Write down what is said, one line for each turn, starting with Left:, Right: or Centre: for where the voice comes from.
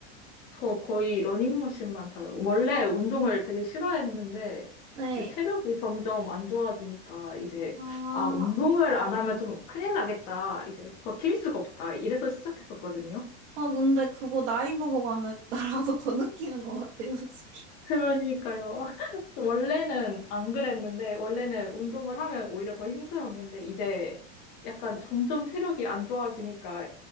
Left: 저 거의 러닝머신만 타요. 원래 운동을 되게 싫어했는데
Right: 네.
Left: 이제 체력이 점점 안 좋아지니까 이제
Right: 아,
Left: 아, 운동을 안 하면 좀 큰일 나겠다. 이제 버틸 수가 없다. 이래서 시작했었거든요.
Right: 아, 근데 그거 나이 먹어가면 <laughs> 나라도 더 느끼는 것 같아요, 솔직히.
Left: 그러니까요. <laughs> 원래는 안 그랬는데, 원래는 운동을 하면 오히려 더 힘들었는데, 이제 약간 점점 체력이 안 좋아지니까